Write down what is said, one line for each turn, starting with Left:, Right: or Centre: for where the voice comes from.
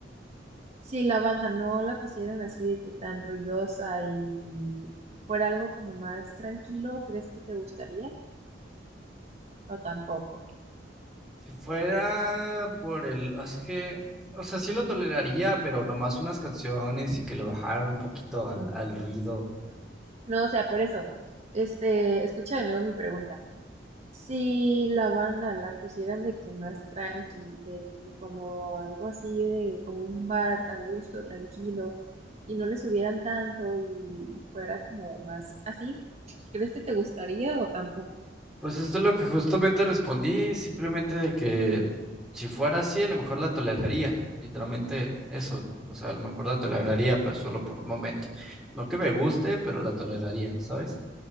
Right: Si la banda no la pusieran así de que tan ruidosa y fuera algo como más tranquilo, ¿crees que te gustaría? O tampoco.
Centre: si fuera por el, es que, o sea, sí lo toleraría, pero nomás unas canciones y que lo bajara un poquito al, al ruido
Right: No, o sea, por eso, este, escucha de nuevo mi pregunta. Si la banda la pusieran de que más tranqui, de que como algo así de como un bar a gusto, tranquilo, y no le subieran tanto y fuera como más así, ¿crees que te gustaría o tampoco?
Centre: Pues esto es lo que justamente respondí, simplemente de que si fuera así, a lo mejor la toleraría, literalmente eso, lo- o sea, a lo mejor la toleraría, pero solo por un momento. No que me guste, pero la toleraría, ¿sabes?